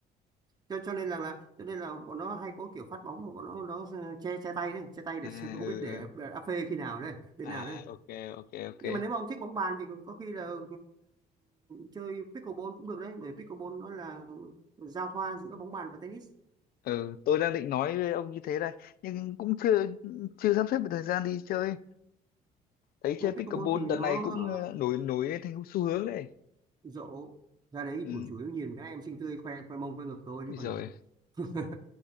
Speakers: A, on the right (about 25°); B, on the left (about 60°).
A: cho, cho nên là, là cho nên là bọn nó hay có kiểu phát bóng mà bọn nó nó che che tay đấy
B: <laughs>
A: che tay để
B: à
A: <laughs> không
B: ừ
A: biết để
B: ừ
A: áp phê khi nào đấy bên nào
B: à
A: đấy
B: ok ok ok
A: nhưng mà nếu mà ông thích bóng bàn thì có khi là ờ, chơi pickleball cũng được đấy bởi pickleball nó là giao thoa giữa bóng bàn và tennis
B: Ừ, tôi đang định nói với ông như thế đây nhưng cũng chưa chưa sắp xếp được thời gian đi chơi thấy
A: Ờ,
B: chơi pickleball
A: pickleball thì nó
B: đợt này cũng
A: ờ,
B: ờ, nổi nổi thành xu hướng đấy
A: rộ ra đấy
B: ừ.
A: của chủ yếu nhìn mấy em xinh tươi khoe khoe mông khoe ngực thôi
B: Bây
A: chứ còn
B: giờ
A: <laughs>